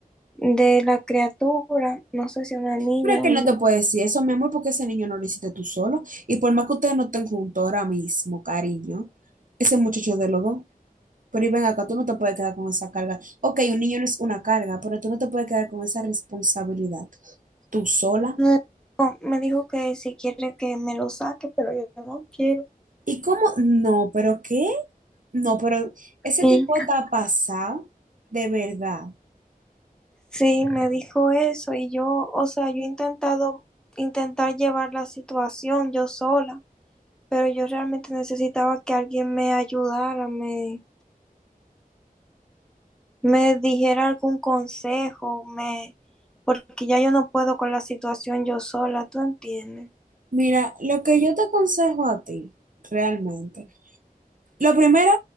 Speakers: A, in the centre; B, on the right.
A: de la criatura, no sé si una niña
B: Pero es que
A: o
B: él
A: no.
B: no te puede decir eso, mi amor, porque ese niño no lo hiciste tú solo. Y por más que ustedes no estén juntos ahora mismo, cariño, ese muchacho es de los dos. Pero y ven acá, tú no te puedes quedar con esa carga. Ok, un niño no es una carga, pero tú no te puedes quedar con esa responsabilidad. Tú sola.
A: No, Me dijo que si quiere que me lo saque, pero yo no quiero.
B: ¿Y cómo? No, pero ¿qué? No, pero ese
A: Y
B: tipo está pasado, de verdad.
A: Sí, me dijo eso y yo, o sea, yo he intentado intentar llevar la situación yo sola, pero yo realmente necesitaba que alguien me ayudara, me, me dijera algún consejo, me, porque ya yo no puedo con la situación yo sola, ¿tú entiendes?
B: Mira, lo que yo te aconsejo a ti, realmente, lo primero